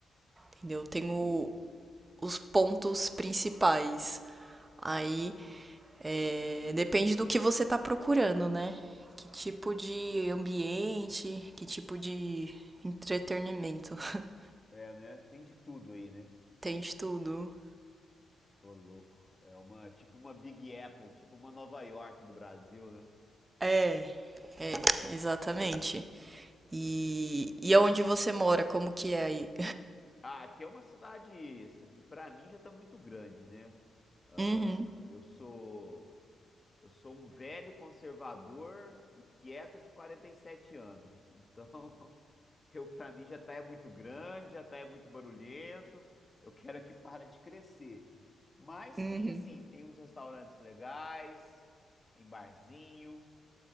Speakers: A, on the right; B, on the left.
A: entendeu?
B: Entendi.
A: Tem o- os pontos principais. Aí é, depende do que você está procurando, né? Que tipo de ambiente, que tipo de entretenimento. <laughs>
B: É, né? Tem de tudo aí, né?
A: Tem de tudo.
B: Ô, louco. É uma, tipo uma Big Apple, tipo uma Nova York do Brasil, né?
A: É, é, exatamente. E, e aonde você mora, como que é aí?
B: Ah, aqui é uma cidade, assim, que pra mim já tá muito grande, né?
A: <laughs> Uhum,
B: Ah, eu sou, eu sou um velho conservador e quieto de 47 anos. <laughs> Então, Eu, pra mim, já tá é muito grande, já tá é muito barulhento. Eu quero é que para de crescer. Mas
A: uhum,
B: tem assim, tem uns restaurantes legais, tem barzinho.